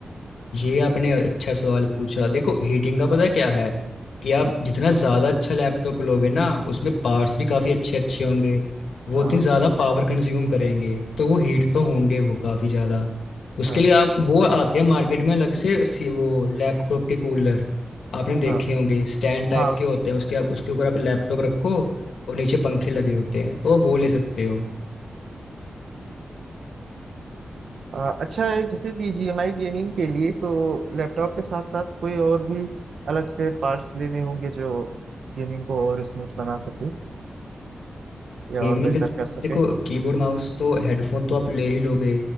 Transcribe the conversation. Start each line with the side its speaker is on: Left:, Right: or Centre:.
Left: ये आपने अच्छा सवाल पूछा देखो हीटिंग का पता क्या है कि आप जितना ज़्यादा अच्छा लैपटॉप लोगे ना उसमें पार्ट्स भी काफ़ी अच्छे अच्छे होंगे वो
Right: हाँ
Left: उतनी ज़्यादा पावर कंज्यूम करेंगे तो वो हीट तो होंगे वो काफ़ी ज़्यादा उसके
Right: हाँ
Left: लिए आप वो आते हैं मार्केट में अलग से सी- वो लैपटॉप के कूलर आपने देखे
Right: हाँ
Left: होंगे स्टैंड टाइप
Right: हाँ
Left: के होते हैं उसके आप उसके ऊपर आप लैपटॉप रखो और नीचे पंखे लगे होते हैं तो आप वो ले सकते हो
Right: आ, अच्छा है जैसे बीजीएमआई गेमिंग के लिए तो लैपटॉप के साथ साथ कोई और भी अलग से पार्ट्स लेने होंगे जो गेमिंग को और स्मूथ बना सके या
Left: गेमिंग
Right: और बेहतर
Left: का
Right: कर सके
Left: देखो कीबोर्ड माउस तो हेडफोन तो आप ले ही लोगे